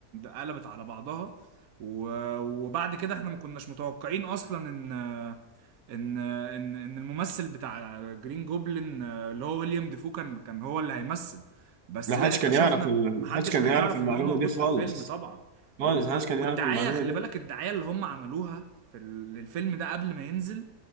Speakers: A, on the right; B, on the right.
A: قلبت على بعضها و- وبعد كده احنا ما كناش متوقعين اصلا ان ان ان ان الممثل بتاع جرين جوبلin آه، اللي هو ويليام ديفو كان كان هو اللي هيمثل بس
B: محدش
A: لا اكتشفنا
B: كان يعرف ال-
A: محدش
B: محدش كان
A: كان
B: يعرف
A: يعرف
B: المعلومة
A: ان هو موجود
B: دي خالص
A: في الفيلم طبعا
B: خالص
A: وال- و-
B: محدش كان
A: والدعاية
B: يعرف المعلومة
A: خلي
B: دي
A: بالك الدعاية اللي هم عملوها في ال- للفيلم ده قبل ما ينزل